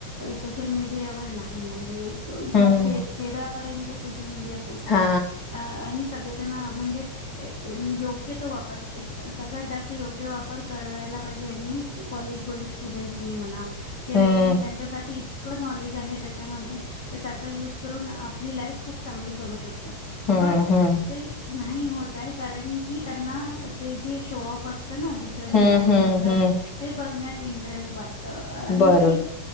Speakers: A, on the left; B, on the left.
A: सोशल मीडियावर नाही आहे. का
B: हम्म
A: अशे खेड्यापर्यंत सोशल मीडिया पोचलाय
B: हा
A: आ आणि सगळेजण म्हणजे ए -योग्य योग्य तो वापर सगळ्यात जास्त योग्य वापर करायला पाहिजे यांनी कॉलेज गोईंग स्टुडंटनी म्हणा किंवा
B: हम्म
A: यांनी त्यांच्यासाठी इ इतक नॉलेज आहे त्याच्यामध्ये त्याचा युज करून आपली लाईफ खूप चांगली करू शकत तात
B: हम्म
A: बट
B: हम्म
A: ते नाही होतय कारण की त्यांना ते जे शो ऑफ असत ना दुसऱ्यांच
B: हम्म
A: लाईफ
B: हम्म
A: मधल
B: हम्म
A: ते बघण्या इंटरेस्ट वाटत आणि
B: बरं
A: ती